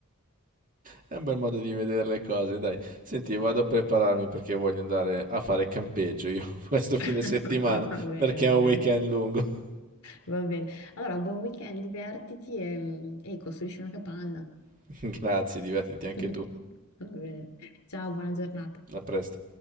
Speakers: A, on the right; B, on the left.
A: È un bel modo di vedere le cose, dai. Senti, vado a prepararmi perché voglio andare a fare campeggio io <laughs> questo
B: <laughs>
A: fine settimana,
B: Va bene,
A: perché è
B: va
A: un
B: bene,
A: weekend lungo.
B: va bene. Allora, buon weekend, divertiti e, mm, e costruisci una capanna.
A: <laughs> Grazie, divertiti
B: <laughs>
A: anche tu.
B: Va bene. Ciao, buona giornata.
A: A presto.